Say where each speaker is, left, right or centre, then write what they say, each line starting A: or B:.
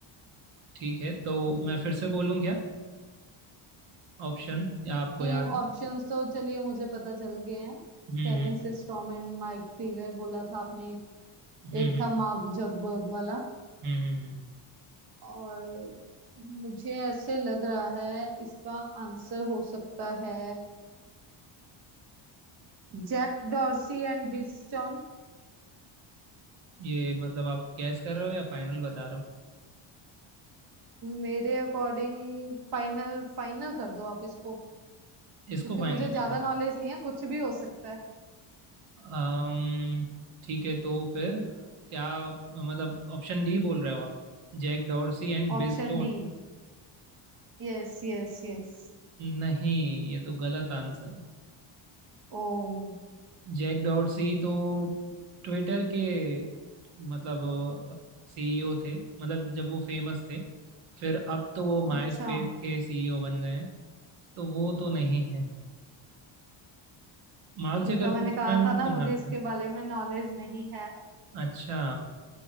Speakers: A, on the right; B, on the right.
A: ठीक है तो मैं फिर से बोलूं क्या ऑप्शन
B: है
A: या आपको
B: नहीं
A: याद है
B: ऑप्शंस तो चलिए मुझे पता चल गए हैं
A: हम्म
B: केविन
A: हम्म
B: सिस्ट्रॉम एंड माइक फिगर बोला था आपने
A: हम्म
B: एक
A: हम्म
B: था
A: हम्म
B: मार्क जगबर्ग वाला
A: हम्म, हम्म। हम्म, हम्म।
B: और मुझे ऐसे लग रहा है इसका आंसर हो सकता है जैक डॉर्सी एंड बिस्टन
A: ये मतलब आप गैस कर रहे हो या फाइनल बता रहे हो
B: मेरे अकॉर्डिंग फाइनल फाइनल कर दो आप इसको क्योंकि
A: इसको फाइनल
B: मुझे ज्यादा
A: कर रहे
B: नॉलेज नहीं है कुछ भी हो सकता है
A: हो अम्म, ठीक है तो फिर क्या आप- मतलब ऑप्शन डी बोल रहे हो आप Jack Dorsey and
B: Option
A: Biz Stone
B: D Yes yes yes
A: नहीं ये तो गलत आंसर
B: ओ
A: जैक डॉर्सी तो ट्विटर के मतलब सीईओ थे मतलब जब वो फेमस थे फिर अब तो वो माई
B: अच्छा
A: स्पेस के सीईओ बन गए हैं तो वो तो नहीं है मार्क
B: देखा
A: जकरबर्ग
B: मैंने
A: का
B: कहा
A: नाम नहीं
B: था ना
A: सुना
B: मुझे
A: आपने
B: इसके बारे में नॉलेज नहीं है
A: अच्छा